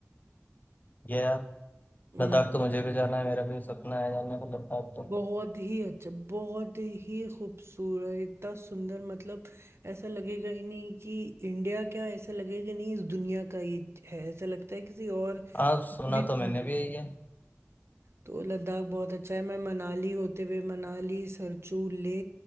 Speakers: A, on the left (about 35°); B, on the right (about 60°).
A: ये यार
B: के
A: लद्दाख तो मुझे भी जाना है मेरा भी सपना है जाने का लद्दाख तो
B: बहुत ही अच्छा बहुत ही खूबसूरत इतना सुंदर मतलब ऐसा लगेगा ही नहीं कि इंडिया क्या ऐसा लगेगा ही नहीं इस दुनिया का ये है ऐसा लगता है किसी और दूसरी
A: आप सुना
B: दुनिया
A: तो मैंने भी यही
B: में।
A: है
B: तो लद्दाख बहुत अच्छा है मैं मनाली होते हुए मनाली सरचू ले